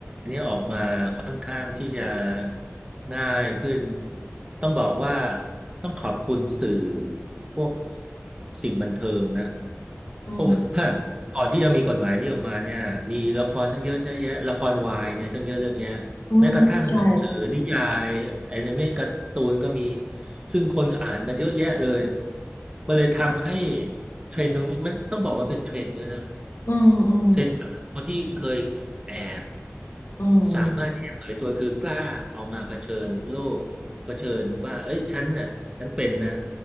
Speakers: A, on the right; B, on the left.
A: ออกมาค่อนข้างที่จะง่ายขึ้นต้องบอกว่าต้องขอบคุณสื่อพวกสิ่งบันเทิงนะ
B: อืม
A: เพราะว่าก่อนที่จะมีกฎหมายนี้ออกมาเนี่ยมีละครตั้งเยอะแยะละครวายเนี่ยตั้งเยอะตั้งแยะ
B: อืมใช่
A: แม้กระทั่งหนังสือนิยายแอนิเมะการ์ตูนก็มีซึ่งคนก็อ่านกันเยอะแยะเลยมันเลยทำให้เทรนด์ตรงนี้มันต้องบอกว่าเป็นเทรนด์ด้วยนะ
B: อืมอืม
A: เทรนด์คนที่เคยแอบ
B: อืม
A: สามารถที่จะเปิดตัวคือกล้าเอามาเผชิญโลกเผชิญว่าเอ้ยฉันน่ะฉันเป็นนะ